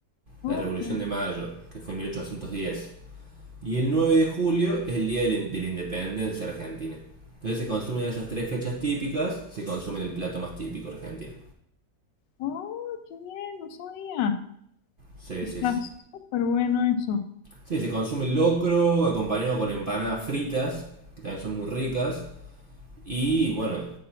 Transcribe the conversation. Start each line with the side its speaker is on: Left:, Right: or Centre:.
Left: Oh,
Right: la Revolución
Left: qué
Right: de Mayo, que fue en 1810. Y el 9 de julio es el Día de la, de la Independencia Argentina. Entonces se consumen esas tres fechas típicas, se consume el plato más típico argentino.
Left: oh, qué bien, no sabía.
Right: Sí,
Left: Está
Right: sí, sí.
Left: súper bueno eso.
Right: Sí, se consume el locro acompañado con empanadas fritas, que también son muy ricas. Y bueno,